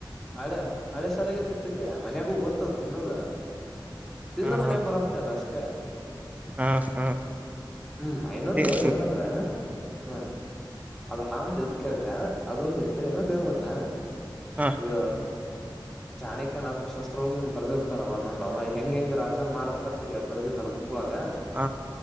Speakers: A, in the centre; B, on the right (about 20°).
A: ಹಳೆ ಹಳೆ ಶಾಲೆಗೆ ತತ್ತಿದ್ದೆ ಮನಯಾಗು ಗೊತ್ತ <unintelligible> ತಿನ್ನುದ ತಂದು
B: ಹ
A: ಮನಯಾಗ ಬರುವಂತೆ ಅಲ್ಲ ಅಷ್ಟೇ
B: ಹಾ ಹಾ ಹಾ
A: ಹ್ಮ್ ಇನ್ನೊಂದು
B: ಹ
A: ಏನಂದ್ರ ಹ್ಮ ಅದ ಹಂದ ಅದ ಕೇಳ್ರ ಅದೊಂದು ಇತ್ತು ಇನ್ನೊಂದ್ ಏನು ಗೊತ್ತಾ
B: ಹ
A: ಈಗ ಜಾಣಕ್ಯನ ಅರ್ಥ ಶಸ್ತ್ರೋಗ ಬದಿರ್ತಾರವ ಅನ್ನೊಂದ ಅವ ಹೆಂಗ ಹೆಂಗ್ ರಾಜನ್ ಮಾಡ್ಬೇಕತ್ತ ಬರ್ದಿದ್ನ ಬುಕ್ ಳಾಗ
B: ಹ